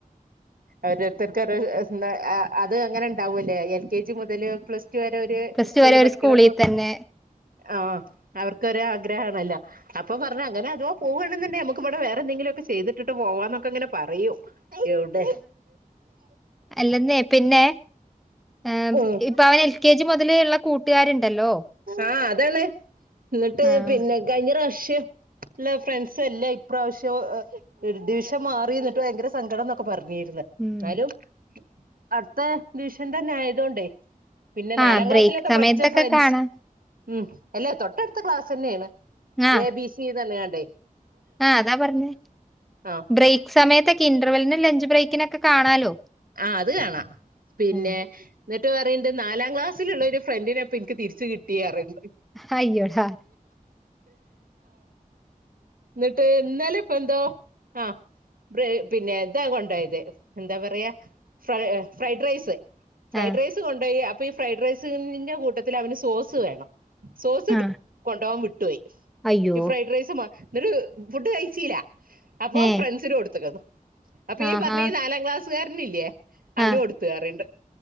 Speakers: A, on the right; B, in the centre.
A: ഓരോരുത്തർക്ക് ഓരോ എന്താ അ അത് അങ്ങനെ ഇണ്ടാവൂലേ എൽ കെ ജി മുതൽ പ്ലസ് ടു വരെ ഒര്
B: പ്ലസ്
A: സ്കൂളിൽ
B: ടു വരെ
A: പഠിക്കണംന്ന്
B: ഒരു തന്നെ
A: ആഹ് അവർക്ക് ക്കൊരാഗ്രഹാണല്ലോ അപ്പൊ പർഞ്ഞു അങ്ങനെ അഥവാ പോവണ്ന്ന്ണ്ടേ നമക്ക് ഇവടെ വേറെ എന്തെങ്കിലൊക്കെ ചെയ്തിട്ട് പോവാന്നക്കെങ്ങനെ പറയും എവിടെ
B: അല്ലെന്നേ പിന്നെ ആഹ്
A: ഉം
B: ഇപ്പഅവന്എൽ കെ ജി മുതല്ള്ള കൂട്ടുകാര്ണ്ടല്ലോ
A: ആഹ് അതാണ് ഇന്നട്ട്
B: ആഹ്
A: പിന്നെ കഴിഞ്ഞ പ്രാവ്ശ്യം ഇല്ല ഫ്രണ്ട്സല്ല ഇപ്രാവശ്യം ഡിവിഷൻ മാറി ഇന്നട്ട് ഭയങ്കര സങ്കടംന്നൊക്കെ പറഞ്ഞീര്ന്ന്
B: ഉം
A: ന്നാലും അട്ത്ത ഡിവിഷൻ തന്നെ ആയതോണ്ടേ പിന്നെ
B: ആഹ്
A: നാലാം ക്ലാസ്സിലൊക്കെ
B: ബ്രേക്ക് സമയത്തൊക്കെ
A: പഠിച്ച ഫ്രണ്ട്സ്
B: കാണാ
A: ഉം അല്ല തൊട്ടട്ത്ത ക്ലാസന്നേണ്
B: ആഹ്
A: എ ബി സി ന്നർഞ്ഞ് കാണ്ടേ
B: ആഹ് അതാ പർഞ്ഞേ
A: ആഹ്
B: ബ്രേക്ക് സമയത്തൊക്കെ ഇന്റർവെലിനും ലഞ്ച് ബ്രേക്കിനൊക്കെ കാണാലോ
A: ആഹ് അത് കാണാ പിന്നെ
B: ആഹ്
A: ന്നട്ട് പറീണ്ട് നാലാം ക്ലാസ്സില്ള്ള ഒരു ഫ്രണ്ടിനെ ഇപ്പ ഇൻക്ക് തിരിച്ച് കിട്ടി അറീണ്ട്
B: ഹയ്യോടാ
A: ഇന്നട്ട് ഇന്നലെ ഇപ്പന്തോ ആഹ് ഫ്രയ് പിന്നെ ഇതാ കൊണ്ടയ്ത് എന്താ പറയാ ഫ്രൈ ഫ്രൈഡ് റൈസ് ഫ്രൈഡ്
B: ആഹ്
A: റൈസ് കൊണ്ടാേയി അപ്പ ഈ ഫ്രൈഡ് റൈസിന്റെ കൂട്ടത്തില് അവന് സോസ് വേണം സോസ്
B: ആ
A: ട് കൊണ്ടാേവാൻ വിട്ടോയി
B: അയ്യോ!
A: ഈ ഫ്രൈഡ് റൈസ് മ ന്നട് ഫുഡ് കഴിച്ചീല്ല അപ്പൊ
B: ഏ
A: ഫ്രണ്ട്സിന് കൊടുത്ത് ക്കത് അപ്പൊ ഈ
B: ആഹാ!
A: പർഞ്ഞ ഈ നാലാം ക്ലാസ് കാരന് ഇല്ലേ
B: ആ.
A: അവന് കൊടുത്തു അറീണ്ട്